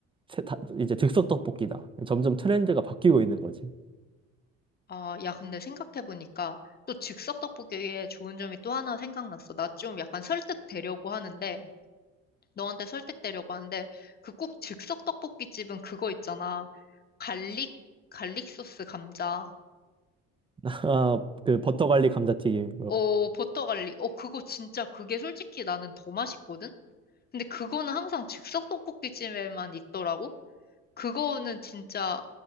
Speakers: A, on the right; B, on the left.
A: 새- 다- 이제 즉석 떡볶이다. 점점 트렌드가 바뀌고 있는 거지.
B: 아, 야, 근데 생각해보니까 또 즉석 떡볶이의 좋은 점이 또 하나 생각났어. 나 좀 약간 설득되려고 하는데, 너한테 설득되려고 하는데 그 꼭 즉석 떡볶이집은 그거 있잖아. 갈릭 갈릭 소스 감자.
A: <laughs> 아, 그 버터 갈릭 감자튀김
B: 어, 버터 갈릭. 어, 그거 진짜 그게 솔직히 나는 더 맛있거든. 근데 그거는 항상 즉석 떡볶이집에만 있더라고. 그거는 진짜